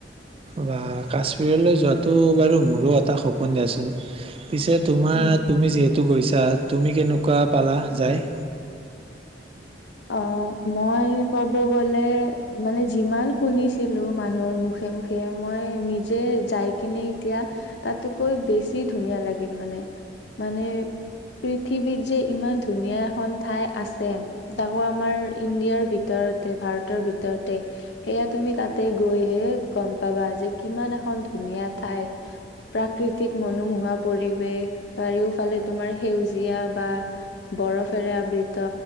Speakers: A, on the right; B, on the left.
A: বা, কাশ্মীৰলৈ যোৱাটো বাৰু মোৰো এটা সপোন দিয়াচোন। পিছে তোমাৰ
B: উম।
A: তুমি যিহেতু। গৈছা তুমি কেনেকুৱা পালা যায়?
B: অ, মই কব গলে মানে যিমান শুনিছিলো মানুহৰ মুখে মুখে, মই নিজে যাই কিনে এতিয়া তাতকৈ বেছি ধুনীয়া লাগিল মানে। মানে পৃথিৱীত যে ইমান ধুনীয়া এখন ঠাই আছে। তাকো আমাৰ ইণ্ডিয়াৰ ভিতৰতে ভাৰতৰ ভিতৰতে সেয়া তুমি তাতে গৈহে গম পাবা যে, কিমান এখন ধুনীয়া ঠাই প্ৰাকৃতিক মনোমোহা পৰিৱেশ চাৰিওফালে তোমাৰ সেউজীয়া বা বৰফেৰে আবৃত।